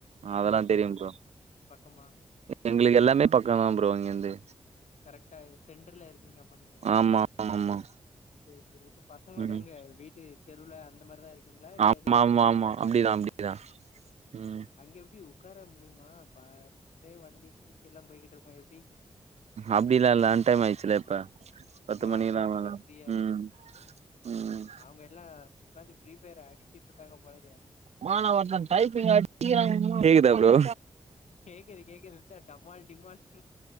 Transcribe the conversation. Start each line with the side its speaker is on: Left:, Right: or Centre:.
Right: அதெல்லா தெரியும் ப்ரோ
Left: கம்மா
Right: எங்களுக்கு எல்லாமே பக்கம் தா ப்ரோ இங்கேந்து
Left: கரெக்டா சென்டர்ல இருக்கீங்க அப்ப நீங்க
Right: ஆமா ஆமா
Left: சரி சரி இப்ப பசங்களோட
Right: ம்
Left: எங்க வீட்டு தெருல அந்த மாதிரிதான் இருக்கு ங்களா இல்ல
Right: ஆமா
Left: எதுவும்
Right: ஆமா ஆமா அப்டிதா அப்டிதா ம்
Left: அங்க எப்படி உட்கார முடியுமா ஒரே வண்டி தூச்சி எல்லாம் போய்கிட்டு இருக்கோம் எப்படி
Right: அப்படி இல்லாம் இல்ல அன் டைம் ஆயிடுச்சுல இப்ப பத்து
Left: ஓ
Right: மணிலா
Left: அதனால கொஞ்சம்
Right: மேல
Left: ஃப்ரீயா இருந்தும்
Right: ம்
Left: ஓகேக
Right: ம்
Left: அவங்க எல்லாம் உட்காந்து ஃப்ரீ ஃபயர் அடிச்சிட்டு இருக்காங்க போழைய
Right: மானவர்தன் டைப்பிங் ஆங்காோ
Left: கேக்குது கேக்குது என்ன டமாள் டிமாள்